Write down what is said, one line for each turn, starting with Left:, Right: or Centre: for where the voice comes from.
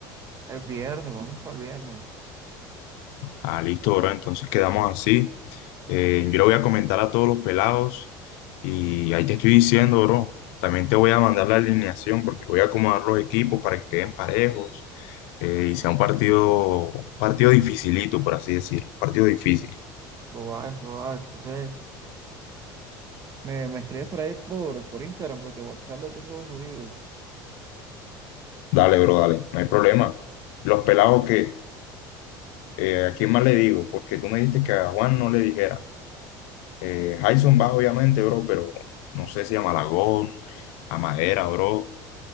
Right: El viernes, vamos para el viernes.
Left: Ah, listo, bro, entonces quedamos así. Eh, yo le voy a comentar a todos los pelados y ahí te estoy diciendo, bro. También te voy a mandar la alineación porque voy a acomodar los equipos para que queden parejos eh, y sea un partido, partido dificilito, por así decirlo, partido difícil.
Right: Eso va, eso va. Entonces. Me, me escribes por ahí por, por Instagram, porque WhatsApp lo tengo jodido.
Left: Dale, bro, dale, no hay problema. Los pelados que, eh, ¿a quién más le digo? Porque tú me dijiste que a Juan no le dijera. Eh, Jason va, obviamente, bro, pero no sé si a Malagón, a Madera, bro.